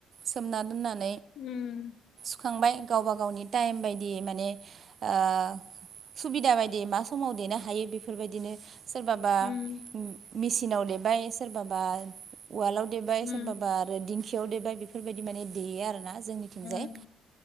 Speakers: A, on the right; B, on the left.
A: सोमना दोननानै।
B: उम
A: थुखांबाय गावबा गावनि टाइम बायदि माने ओ। सुबिदा बायदि मा समाव देनो हायो बेफोरबायदिनो। सोरबाबा
B: उम
A: मेसिनाव देबाय सोरबाबा उवालाव देबाय।
B: उम
A: सोरबाबा आरो दिंखियाव देबाय बेफोरबायदि माने देयो आर ना जोंनिथिंजाय।
B: उम